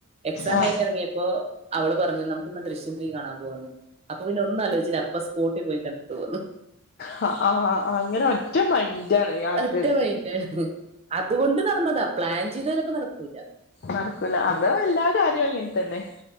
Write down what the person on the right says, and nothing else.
എക്സാം
കഴിഞ്ഞിറങ്ങിയപ്പോ അവള് പറഞ്ഞു നമുക്കിന്ന് ദൃശ്യം ത്രീ കാണാൻ പോകന്ന് അപ്പൊപിന്നെ ഒന്നലോയിച്ചില്ല അപ്പ സ്പോട്ട്പോയി കണ്ടിട്ട്പോന്നു.
ഒറ്റ മൈൻഡാണ് അതുകൊണ്ട് നടന്നതാ പ്ലാൻചെയ്തലപ്പോ നടക്കൂല